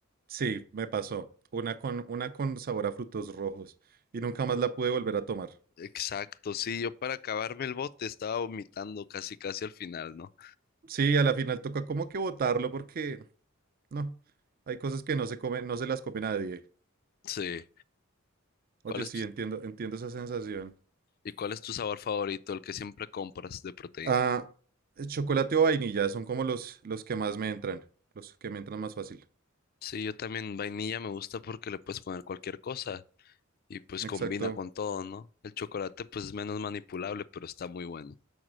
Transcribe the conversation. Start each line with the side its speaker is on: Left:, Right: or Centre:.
Right: Sí, me pasó. Una con, una con sabor a frutos rojos. Y nunca más la pude volver a tomar.
Left: Exacto, sí, yo para acabarme el bote estaba vomitando casi casi al final, ¿no?
Right: Sí, a la final toca como que botarlo porque No, hay cosas que no se comen, no se las come nadie.
Left: Sí. ¿Cuál
Right: Oye,
Left: es
Right: sí,
Left: tu,
Right: entiendo, entiendo esa sensación.
Left: y cuál es tu sabor favorito, el que siempre compras de proteína?
Right: Ah, eh, chocolate o vainilla son como los, los que más me entran, los que me entran más fácil.
Left: Sí, yo también vainilla me gusta porque le puedes poner cualquier cosa y pues combina
Right: Exacto,
Left: con todo, ¿no? El chocolate pues es menos manipulable, pero está muy bueno.